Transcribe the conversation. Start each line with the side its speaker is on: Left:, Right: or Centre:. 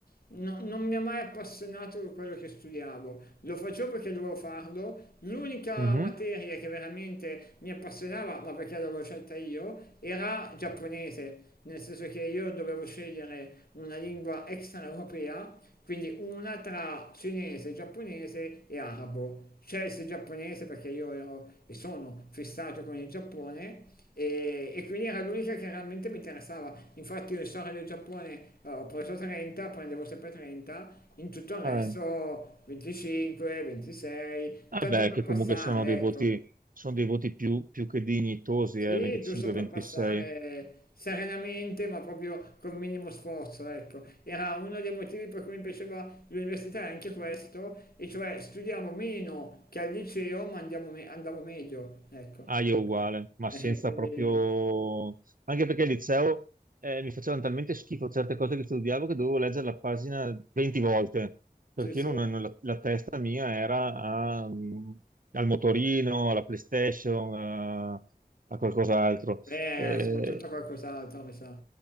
Left: No- non mi ha mai appassionato quello che studiavo, lo facevo perché dovevo farlo, l'unica
Right: Mhm.
Left: materia che veramente mi appassionava, ma perché l'avevo scelta io, era giapponese, nel senso che io dovevo scegliere una lingua extraeuropea, quindi una tra cinese, giapponese e arabo. Scelse il giapponese perché io ero e sono fissato con il Giappone e, e quindi era l'unica che realmente mi interessava. Infatti io in storia del Giappone eh, ho preso 30, prendevo sempre 30, in tutto il resto
Right: Eh,
Left: 25, 26,
Right: vabbè,
Left: tanto per
Right: che
Left: passare,
Right: comunque sono dei voti,
Left: ecco.
Right: sono dei voti più, più che dignitosi,
Left: Sì,
Right: eh, 25-26.
Left: giusto per passare serenamente, ma proprio col minimo sforzo, ecco. Era uno dei motivi per cui mi piaceva l'università, è anche questo, e cioè studiamo meno che al liceo, ma andiamo me- andavo meglio, ecco.
Right: Ah, io uguale, ma
Left: Eh,
Right: senza
Left: quindi
Right: proprio... Anche perché al liceo eh, mi facevano talmente schifo certe cose che studiavo che dovevo leggere la pagina 20 volte, perché
Left: sì, sì.
Right: io non- non- la, la testa mia era a, mm, al motorino, alla PlayStation, a, a qualcos'altro.
Left: Eh,
Right: Eh,
Left: soprattutto qualcos'altro, mi sa.